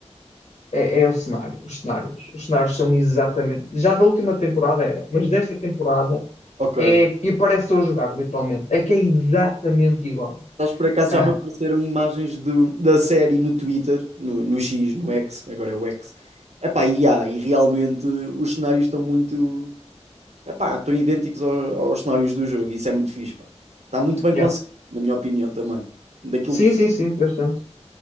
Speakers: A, on the left; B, on the right.
A: é, é o cenário, os cenários. Os cenários são exatamente. Já da última temporada eram, mas desta temporada
B: ok.
A: é. E parece que estou a jogar, literalmente. É que é exatamente igual.
B: Mas por acaso já
A: Ah,
B: me apareceram imagens do, da série no Twitter, no, no X, no X, agora é o X. Epá, e há, e realmente os cenários estão muito. Epá, estão idênticos ao- aos cenários do jogo, isso é muito fixe, pá. Está muito bem
A: yeah.
B: conseguido, na minha opinião também. Daquilo
A: Sim,
B: que.
A: sim,
B: vi.
A: sim, bastante.